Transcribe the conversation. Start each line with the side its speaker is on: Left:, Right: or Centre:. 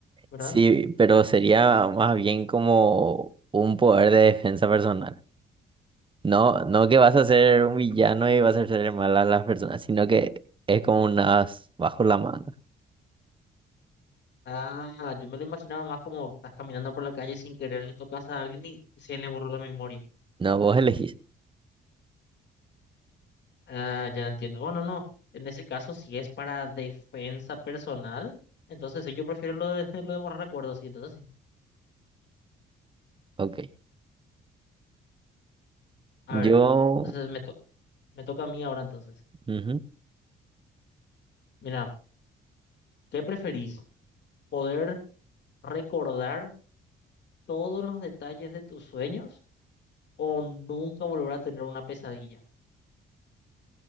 Left: ¿verdad?
Right: Sí, pero sería más bien como un poder de defensa personal. No, no que vas a ser un villano y vas a hacer mal a las personas, sino que es como un as bajo la manga.
Left: Ah, yo me lo imaginaba más como estás caminando por la calle sin querer le tocas a alguien y se le borró la memoria.
Right: No, vos elegís.
Left: Ah, ya entiendo. Bueno, no. En ese caso, si es para defensa personal, entonces sí, yo prefiero lo de, <laughs> lo de borrar recuerdos, sí, entonces sí.
Right: Ok.
Left: A
Right: Yo...
Left: ver, entonces me, to- me toca a mí ahora entonces.
Right: ujú.
Left: Mira, ¿qué preferís? ¿Poder recordar todos los detalles de tus sueños o nunca volver a tener una pesadilla?